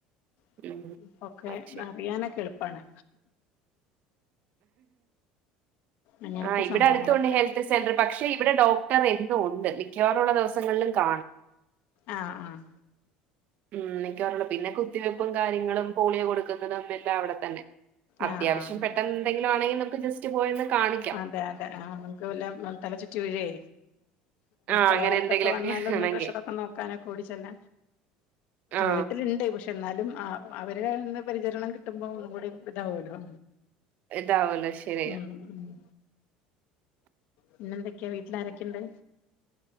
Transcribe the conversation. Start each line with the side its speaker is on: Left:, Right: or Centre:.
Left: <inaudible>
Right: ഉം
Left: ഒക്കെ
Right: അത്
Left: അറിയാനൊക്കെ എളുപ്പാണ്. അങ്ങനത്തെ
Right: ആഹ് ഇവടടുത്തുണ്ട്
Left: സംഭവങ്ങളൊക്കെ
Right: ഹെൽ സെന്റർ പക്ഷെ ഇവടെ ഡോക്ടർ എന്നും ഉണ്ട് മിക്കവാറുള്ള ദിവസങ്ങളിലും കാണും.
Left: ആഹ് ആഹ്
Right: ഹ്മ്മ് മിക്കവാറും പിന്നെ കുത്തിവെപ്പും കാര്യങ്ങളും പോളിയോ കൊടുക്കുന്നതും എല്ലാം അവടെത്തന്നെ അത്യാവശ്യം
Left: ആഹ് ആഹ്
Right: പെട്ടൊന്നെന്തെങ്കിലും ആണെങ്കി നമുക്ക് ജസ്റ്റ് പോയൊന്ന് കാണിക്ക
Left: അതെ അതെ ആഹ് നമുക്ക് വല്ല തല ചുറ്റി വീഴേ
Right: ആ
Left: തലകറ്ക്കൊക്കെ
Right: അങ്ങനെ എന്തെങ്കിലുമൊക്കെ
Left: വന്നാലൊന്നും
Right: ആണെങ്കിൽ
Left: പ്രഷറൊക്കെ നോക്കാനൊക്കെ ഓടിച്ചെല്ല
Right: ആ
Left: വീട്ടില്ണ്ട് പക്ഷേ. എന്നാലും ആഹ് അവരുടെന്ന് പരിചരണം കിട്ടുമ്പം ഒന്നും കൂടി ഇതാവുല്ലോ.
Right: ഇതാവല്ലോ ശരിയാ
Left: മ് മ്. പിന്നെന്തൊക്കെ വീട്ടിൽ ആരെക്കെണ്ട്?